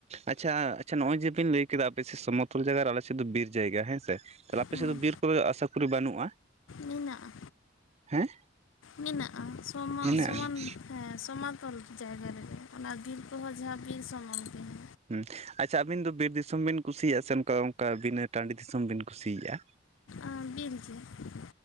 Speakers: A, on the right; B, on the left.
A: ᱟᱪᱪᱷᱟ ᱟᱪᱪᱷᱟ ᱱᱚ-ᱜᱚᱭ ᱡᱮᱵᱤᱱ ᱞᱟᱹᱭ ᱠᱮᱫᱟ ᱟᱯᱮᱥᱮ ᱥᱚᱢᱚᱛᱚᱞ ᱡᱟᱭᱜᱟ ᱟᱨ ᱟᱞᱮᱥᱮᱫ ᱫᱚ ᱵᱤᱨ ᱡᱟᱭᱜᱟ ᱦᱮᱸ ᱥᱮ ᱟᱯᱮ
B: ᱦᱩᱸ,
A: ᱥᱮᱫ ᱫᱚ ᱵᱤᱨ ᱠᱚᱨᱮ ᱟᱥᱟ ᱠᱚᱨᱤ ᱵᱟᱹᱱᱩᱜ-ᱟ?
B: ᱢᱮᱱᱟᱜᱼᱟ
A: ᱦᱮᱸ
B: ᱢᱮᱱᱟᱜᱼᱟ ᱥᱚᱢ
A: ᱢᱮᱱᱟᱜᱼᱟ
B: ᱥᱚᱢᱟᱱ ᱦᱮᱸ ᱥᱚᱢᱟᱛᱚᱞ ᱡᱟᱭᱜᱟ ᱨᱮ ᱚᱱᱟ ᱵᱤᱨ ᱠᱚᱦᱚᱸ ᱡᱟᱦᱟᱸ ᱵᱤᱨ ᱥᱚᱢᱟᱱ ᱜᱮ ᱾
A: ᱦᱮᱸ <unintelligible> ᱟᱪᱪᱷᱟ, ᱟᱹᱵᱤᱱ ᱫᱚ ᱵᱤᱨ ᱫᱤᱥᱚᱢ ᱵᱤᱱ ᱠᱩᱥᱤᱭᱟᱜ-ᱟ ᱥᱮ ᱚᱱᱠᱟ ᱚᱱᱠᱟ ᱵᱤᱱᱟᱹ ᱴᱟᱺᱰᱤ ᱫᱤᱥᱚᱢ ᱵᱤᱱ ᱠᱩᱥᱤᱭᱟᱜ-ᱟ?
B: ᱟᱸ ᱵᱤᱨ ᱜᱮ ᱾